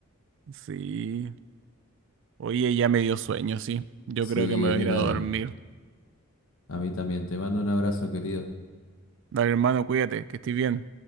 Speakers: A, on the right (about 60°); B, on the left (about 70°).
A: Sí. Oye, ya me dio sueño, sí. Yo
B: Sí,
A: creo que me
B: a
A: voy
B: mí
A: a ir
B: también.
A: a dormir.
B: A mí también. Te mando un abrazo, querido.
A: Dale, hermano, cuídate, que estés bien.